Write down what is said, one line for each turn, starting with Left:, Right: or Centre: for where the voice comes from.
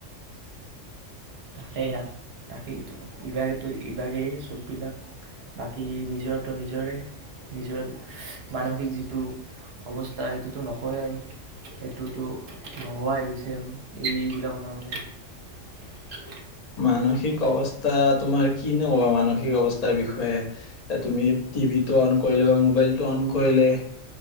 Right: তাকেই হা তাকেই ইভাগেতো - ইভাগেই চববিলাক বাকী নিজৰটো নিজৰে - নিজৰ মানসিক যিটো অৱস্থা সেইটোতো নকয় আৰু সেইটোতো নোহোৱাই গৈছে আৰু এইবিলাকৰ কাৰণে।
Left: মানসিক অৱস্থা তোমাৰ কি নো ক'বা মানসিক অৱস্থাৰ বিষয়ে এহ ', তুমি টিভিটো অন কৰিলে বা মোবাইলটো অন কৰিলে